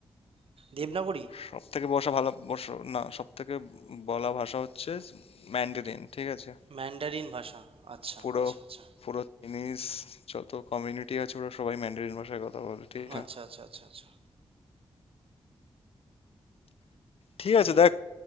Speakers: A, on the right; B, on the left.
A: দেবনাগরী
B: সব থেকে বসা ভালো বসা না সব থেকে বলা ভাষা হচ্ছে ম্যান্ডারিন ঠিক আছে
A: ম্যান্ডারিন ভাষা আচ্ছা
B: পুরো
A: আচ্ছা আচ্ছা
B: পুরো চাইনিজ যত কমিউনিটি আছে ওরা সবাই ম্যান্ডারিন ভাষায় কথা বলে ঠিক আছে
A: আচ্ছা আচ্ছা আচ্ছা আচ্ছা
B: ঠিক
A: হুম
B: আছে দেখ